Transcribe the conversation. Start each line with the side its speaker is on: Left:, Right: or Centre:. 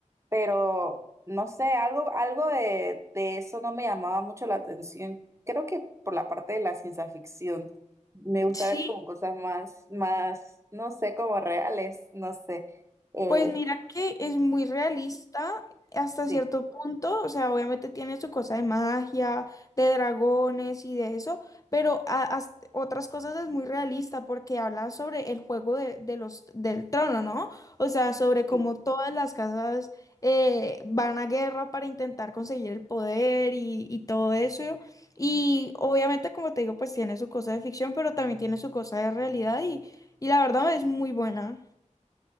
Right: pero no sé, algo, algo de, de eso no me llamaba mucho la atención. Creo que por la parte de la ciencia ficción. Me gusta
Left: sí
Right: ver como cosas más, más, no sé, como reales, no sé. Eh,
Left: Pues mira que es muy realista hasta
Right: sí,
Left: cierto punto, o sea, obviamente tiene su cosa de magia, de dragones y de eso, pero a- as- otras cosas es muy realista porque habla sobre el juego de, de los, del trono, ¿no? O sea, sobre cómo
Right: sí.
Left: todas las casas eh, van a guerra para intentar conseguir el poder y, y todo eso. Y obviamente, como te digo, pues tiene su cosa de ficción, pero también tiene su cosa de realidad y, y la verdad es muy buena.